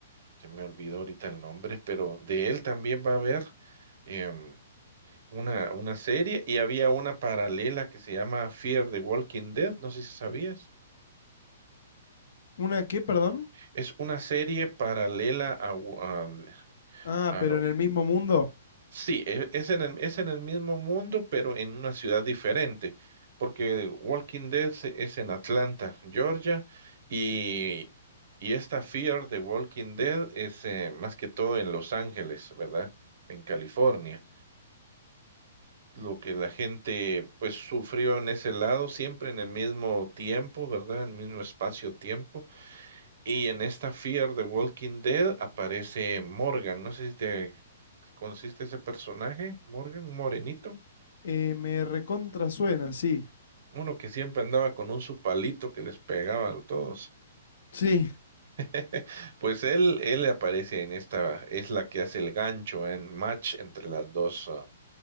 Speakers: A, on the right; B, on the left.
A: Se me olvidó ahorita el nombre, pero de él también va a haber. em, una, una serie y había una paralela que se llama Fear the Walking Dead, no sé si sabías.
B: ¿Una qué, perdón?
A: Es una serie paralela a... a-
B: Ah,
A: a-
B: pero en el mismo mundo.
A: sí, e- es en el, es en el mismo mundo, pero en una ciudad diferente, porque Walking Dead se- es en Atlanta, Georgia, y, y esta Fear the Walking Dead es eh, más que todo en Los Ángeles, ¿verdad? En California. lo que la gente pues sufrió en ese lado, siempre en el mismo tiempo, ¿verdad? En el mismo espacio-tiempo. Y en esta Fear de Walking Dead aparece Morgan, no sé si te consiste ese personaje, Morgan, un morenito,
B: Eh, me recontra suena, sí.
A: uno que siempre andaba con un su palito que les pegaba a todos.
B: Sí,
A: <laughs> Pues él, él aparece en esta, es la que hace el gancho en match entre las dos ah,